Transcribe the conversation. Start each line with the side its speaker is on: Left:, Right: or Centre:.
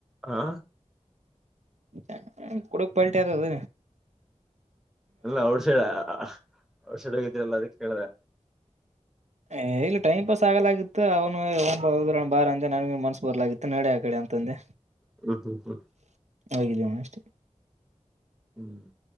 Centre: ಹಾ
Right: ಅ ಅ ಕೊಡಕ ಪಲ್ಟಿತದದ
Centre: ಅಲ್ಲ ಔಟ್ ಸೈಡ್ ಅ ಅ ಔಟ್ ಸೈಡ್ ಹೋಗಿದರಲ್ಲ ಅದಕ್ಕೆ ಕೇಲ್ದೆ
Right: ಹೇ ಇಲ್ಲಿ ಟೈಮ್ ಪಾಸ್ ಆಗಲಾಗಿತ್ತು ಅವನು ಹೋಗ್ ಬಾರ್ ಹೋಗಿ ಬಾರ ಅಂದ ನನ್ನಗೂ ಮನ್ಸ್ ಬರ್ಲಾಗಿತ್ತು ನಡ ಆ ಕಡೆ ಅಂತಂದೆ
Centre: ಹ್ಮ್ ಹ್ಮ್ ಹ್ಮ್
Right: ಹೋಗಿದ್ಯನ ಅಷ್ಟೆ
Centre: ಹ್ಮ್